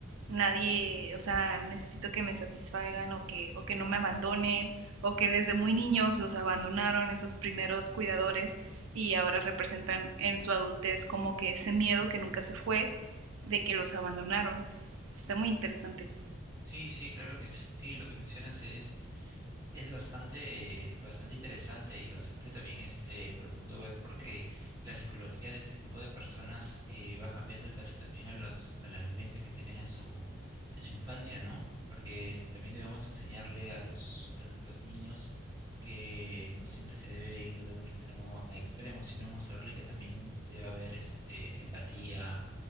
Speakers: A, on the right; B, on the right.
A: nadie, o sea, necesito que me satisfagan o que, o que no me abandonen, o que desde muy niños los abandonaron esos primeros cuidadores y ahora representan en su adultez como que ese miedo que nunca se fue de que los abandonaron. Está muy interesante.
B: Sí, sí, claro que sí. sí, Lo que mencionas es, es bastante, bastante interesante y bastante también este, profundo ver porque la psicología de este tipo de personas eh, va cambiando en base también a los, a la vivencia que tienen en su, en su infancia, ¿no? Porque es- también debemos enseñarle a los, a los niños que no siempre se debe ir de un extremo a extremo, sino mostrarle que también debe haber este, empatía,